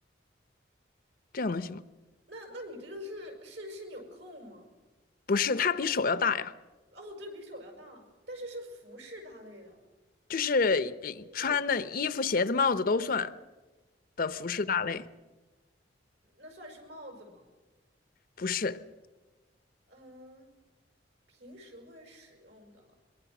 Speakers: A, on the right (about 75°); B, on the left (about 50°).
A: 嗯，
B: 这样能行吗？
A: 那那你这个是是是纽扣吗？
B: 不是，它比手要大呀，
A: 哦，对比手要大，但是是服饰大类的，
B: 就是呃穿的衣服、
A: 这
B: 鞋子、帽子都算的服饰大类，
A: 那算是帽子吗？
B: 不是。
A: 嗯，平时会使用的